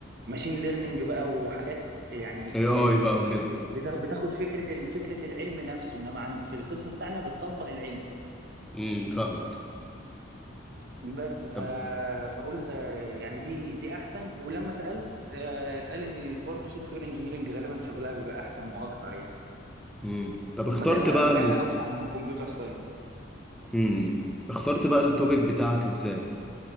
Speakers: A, on the right; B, in the centre.
A: ماشين ليرنينج بقى وحاجات يعني
B: اي اي
A: ال...
B: بقى وكده
A: بتا- بتاخد فكرة ال... فكرة العلم نفسه انما عن... في القسم بتاعنا بتطبق العلم
B: امم فاهمك
A: بس ف...
B: طب
A: فقلت آه، يعني دي دي احسن ولما سألت آه، اتقال ان برضه سوفت وير انجينيرنج غالبا شغلها بيبقى احسن واكتر يعني
B: امم طب اخترت
A: مجالها
B: بقى
A: مجالها
B: ال...
A: اوسع من كمبيوتر ساينس
B: امم اخترت بقى التوبيك بتاعك ازاي